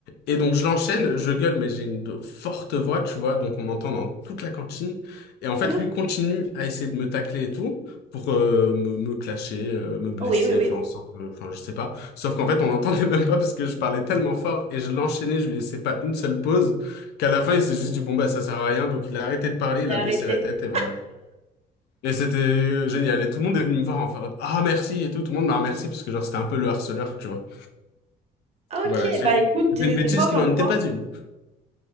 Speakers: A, on the left (about 75°); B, on the right (about 40°).
A: Et donc, je l'enchaîne, je gueule, mais j'ai une de- forte voix, tu vois, donc on m'entend dans toute la cantine. Et en fait,
B: Mhm.
A: lui continue à essayer de me tacler et tout, pour euh, me, me clasher, euh, me blesser,
B: Oui, oui, oui.
A: faire en sorte que, enfin, je sais pas. Sauf qu'en fait, on l'entendait <laughs> même pas parce que je parlais tellement fort et je l'enchaînais, je lui laissais pas une seule pause, qu'à la fin, il s'est juste dit, bon, bah, ça sert à rien. Donc, il a arrêté de parler, il
B: J'ai
A: a
B: arrêté.
A: baissé la tête et voilà. Et c'était euh, génial. Et tout le monde est venu me voir en faire Ah, merci et tout. Tout le monde m'a remercié parce que genre c'était un peu le harceleur, tu vois.
B: OK,
A: Donc Voilà, j'ai
B: bah
A: fait
B: écoute, des,
A: une bêtise
B: des fois comme
A: qui n'en était
B: quoi.
A: pas une.